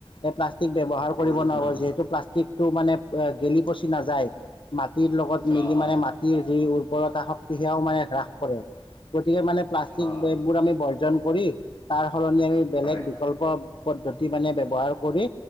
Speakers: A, on the left; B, on the left.
A: এই প্লাষ্টিক ব্যৱহাৰ কৰিব
B: প্ৰদূষণ
A: নোৱাব যিহেতু প্লাষ্টিকটো মানে গেলি পচি নাযায়। মাটিৰ লগত মিলি
B: অ' অ'
A: মানে মা টিৰ যি উৰ্বৰতা শক্তি সেয়াও মানে হ্ৰাস কৰে, গতিকে মানে প্লাষ্টিকবোৰ
B: অ'
A: আমি ব ৰ্জন কৰি তাৰ সলনি আমি বেলেগ
B: হয়
A: প্ৰকল্প পদ্ধতি মানে ব্যৱহাৰ কৰি